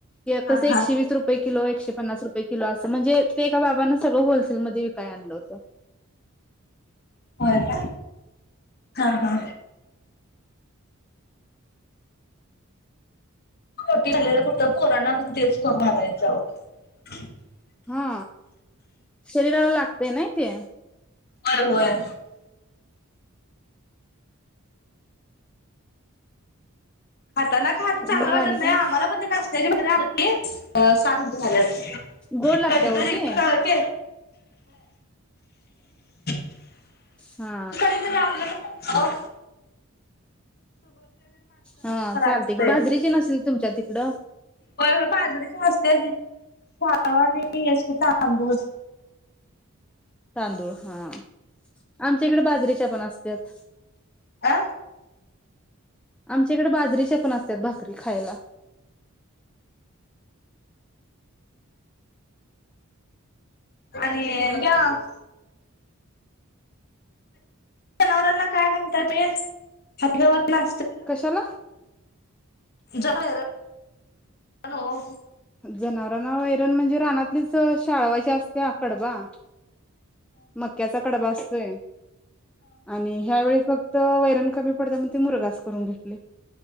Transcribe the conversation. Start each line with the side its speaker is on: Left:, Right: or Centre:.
Left: हा
Centre: कसं
Left: हा
Centre: एकशे वीस रुपये किलो एकशे.... पन्नास रुपये.. किलो अस म्हणजे ते एका बाबान सगळं होलसेलमध्ये. विकाय आणलं होत
Left: होय का हा हा <unintelligible>
Centre: हा शरीराला लागतय नाही ते....
Left: होय होय. हाता ना खात चांगलं
Centre: मग
Left: वाटत
Centre: आणि
Left: नाही
Centre: काय
Left: आम्हाला पण त्या.... <unintelligible> सातशे झाली असतील
Centre: गोड लागते
Left: कधीतरी
Centre: हो ते
Left: इतक... <unintelligible>
Centre: हा
Left: कधीतरी आपलं... हो
Centre: हा चालते
Left: असतंय
Centre: कि बाजरीचे नसेल तुमच्या तिकडं?
Left: होय होय बाजरीची असत्या की... <unintelligible>
Centre: तांदूळ हा आमच्या इकडे बाजरी.... पण असत्यात.
Left: आ
Centre: आमच्याकडे बाजरीच्या पण असतात भाकरी खायला.
Left: आणि ह्या--.. जनावरांना काय घालताय आणि हत्तीगावत न...
Centre: कशाला..
Left: <unintelligible> हॅलो
Centre: जनावरांना वैरण म्हणजे रानातलीच शाळवाची असते कडबा... मक्याचा कडबा असतो हं आणि ह्यावेेळीफ.... हं वैरण कमी पडतय. ते मुरगास करून घेतले